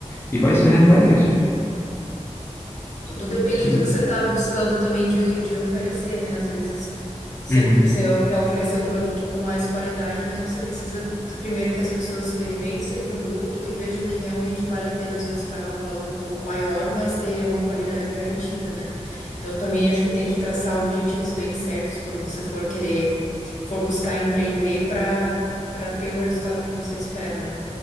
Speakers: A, on the left; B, on the left.
A: E vai ser referência.
B: Tudo depende
A: Sim.
B: do que você está buscando também de, de oferecer, né? Às vezes você,
A: Uhum.
B: você quer oferecer um produto com mais qualidade, mas você precisa primeiro que as pessoas experimentem esse produto e vejam que realmente vale a pena, às vezes, pagar um valor um pouco maior, mas ter uma qualidade garantida, né? Então também acho que tem que traçar objetivos bem certos quando você for querer, for buscar empreender para para ter o resultado que você espera, né?